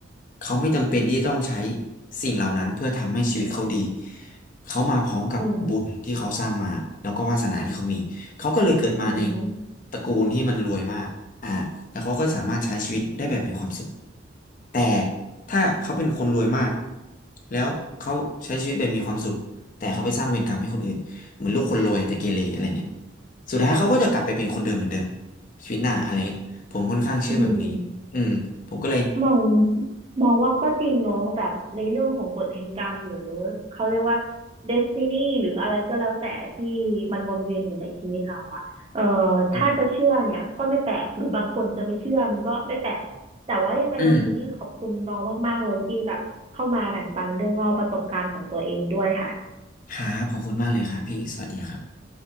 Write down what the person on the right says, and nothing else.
อืม
อือฮึ
อืมมองมองว่าก็จริงเนอะแบบในเรื่องของกฎแห่งกรรมหรือเขาเรียกว่าเดสตินีหรืออะไรก็แล้วแต่ที่มันวนเวียนอยู่ในชีวิตเราอะเอ่อถ้าจะเชื่อเนี่ยก็ไม่แปลกหรือบางคนจะไม่เชื่อมันก็ไม่แปลกแต่ว่ายังไงวันนี้นี่ขอบคุณน้องมากๆเลยที่แบบเข้ามาแบ่งปันเรื่องเล่าประสบการณ์ของตัวเองด้วยค่ะ